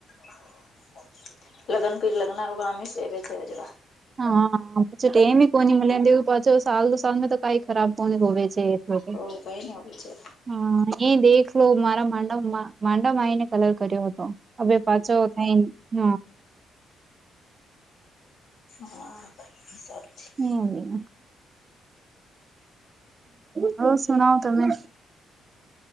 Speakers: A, on the left; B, on the right.
A: <unintelligible> લગન પીર લગના ર આમી સેવે છે જ <inaudible>
B: હા પછ મી કોની મ પાછ સાલ દુ સાલ તો કઈ ખરાબ કોણ હોવે છે. લોકો
A: ઓ કઈ નઈ આવી છે.
B: હા એ દેખ લો મારા માંડમાં માંડમાં આવીને કલર કર્યો હતો. હવે પાછો થઈ હ?
A: હાર <inaudible>
B: હમ્મ હ ઓર સુના તમે?